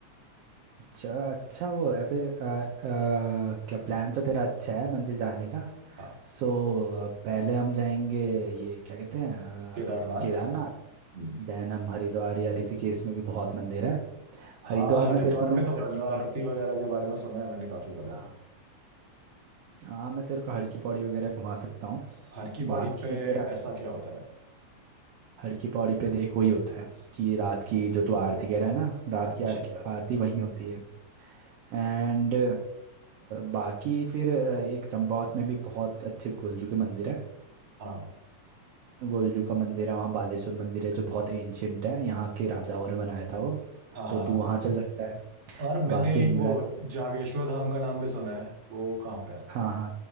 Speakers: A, on the right; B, on the right.
A: अच्छा अच्छा वो है फिर अ, अ, क्या प्लान तो तेरा अच्छा है मंदिर जाने का
B: हाँ
A: सो पहले हम जाएंगे ये क्या कहते हैं
B: केदारनाथ
A: अ, केदारनाथ
B: हम्म।
A: देन हम हरिद्वार या ऋषिकेश में भी बहुत मंदिर है
B: हाँ
A: हरिद्वार
B: हरिद्वार
A: में तेरे को मैं
B: पे तो
A: हर
B: गंगा
A: की पौड़ी
B: आरती वगैरह के बारे में सुना है मैंने काफी ज्यादा
A: हाँ हाँ मैं तेरे को हड़की पौड़ी वगैरह घुमा सकता हूँ
B: हर की पौड़ी
A: बाकी
B: पे
A: तेरा
B: ऐसा क्या होता है
A: हड़की पौड़ी पे देख वही होता है कि रात की जो तू आरती कह रहा है ना रात
B: अच्छा
A: की आरती आरती वहीं होती है एंड बाकी फिर अ, एक चंपावत में भी बहुत अच्छे गोलजू के मंदिर है
B: हाँ
A: गोलजू का मंदिर है वहाँ बालेश्वर मंदिर है जो बहुत एंशियंट है यहाँ के राजाओं ने बनाया था वो
B: हाँ
A: तो
B: हाँ
A: तू वहाँ चल सकता है
B: और मैंने
A: बाकी हिंगला
B: एक वो जागेश्वर धाम का नाम भी सुना है वो कहाँ पे है
A: हाँ हाँ